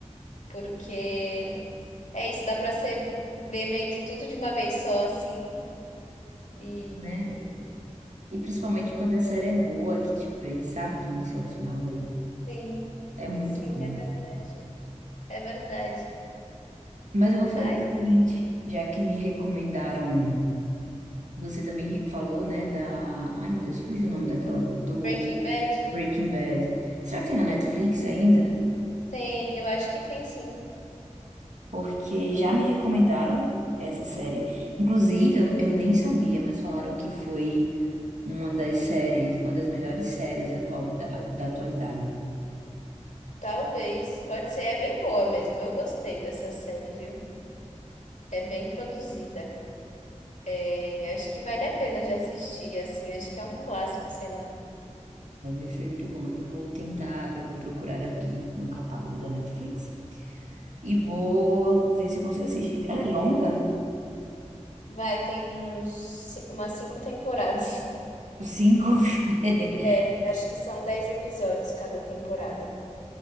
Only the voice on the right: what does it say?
né? E principalmente quando a série é boa, que te prende, sabe, do início ao final, aí
é muito
bom.
Mas eu vou fazer
o seguinte, já que me recomendaram, você também re- falou, né, da, ai meu Deus, fugiu o nome daquela, do
Breaking Bad. Será que tem na Netflix ainda?
Porque já me recomendaram essa série. Inclusive, eu, eu nem sabia, mas falaram que foi uma das séries, uma das melhores séries atual, da, da atualidade.
Mas isso é muito bom. Eu vou tentar, eu vou procurar aqui no catálogo da Netflix e vou ver se eu consigo assistir. Ela é longa?
Cinco, <laughs>